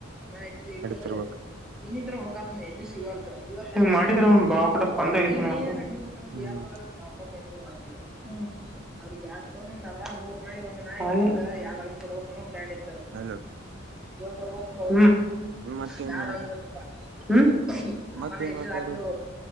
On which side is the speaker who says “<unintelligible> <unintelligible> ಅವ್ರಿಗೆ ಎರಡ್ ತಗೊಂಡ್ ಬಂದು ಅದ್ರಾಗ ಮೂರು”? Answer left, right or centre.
Centre